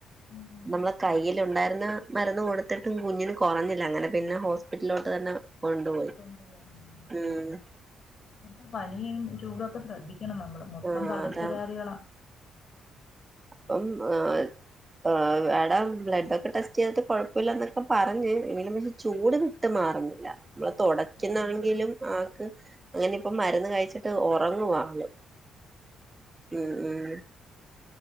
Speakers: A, on the left (about 50°); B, on the right (about 25°).
A: ഉം ഉം.
B: നമ്മളെ കയ്യിലുണ്ടായ്ര്ന്ന മരുന്ന് കൊടുത്തിട്ടും കുഞ്ഞിന് കൊറഞ്ഞില്ല അങ്ങന പിന്ന ഹോസ്പിറ്റല്ലോട്ട് തന്നെ കൊണ്ടുപോയി.
A: കൊണ്ടുപോയിരുന്നു
B: ഉം
A: ആ ഇപ്പളത്ത പനീം ചൂടൊക്കെ ശ്രദ്ധിക്കണം നമ്മള്. മൊത്തം
B: ആ
A: പകർച
B: അതാ
A: വ്യാധികളാ
B: അപ്പം ആൻ ആ് എടാ ബ്ലഡൊക്കെ ടെസ്റ്റെയ്ത്ട്ട് കൊഴപ്പല്ല ന്നൊക്കെ പറഞ്ഞ് എമിലും മി ചൂട് വിട്ട് മാറുന്നില്ല നമ്മളെ തൊടക്കുന്നാണെങ്കിലും
A: മാറ
B: ആക്ക് അങ്ങനിപ്പ മരുന്ന് കഴിച്ചിട്ട് ഒറങ്ങുവാ അവള് ഉം ഉം